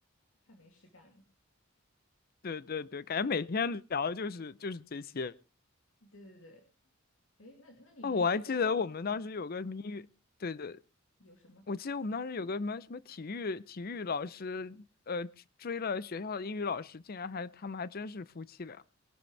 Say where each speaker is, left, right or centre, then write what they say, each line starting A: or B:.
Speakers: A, on the left (about 70°); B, on the left (about 45°).
A: 太没事干了。
B: 对对对，感觉每天聊的就是就是这些。
A: 对对对，哎，那那你们学校有什嗯
B: 哦，我还记得我们当时有个什么英语，对对，
A: 有什么
B: 我记得我们当时有个什么什么体育体育老师，呃，追了学校的英语老师，竟然还他们还真是夫妻俩。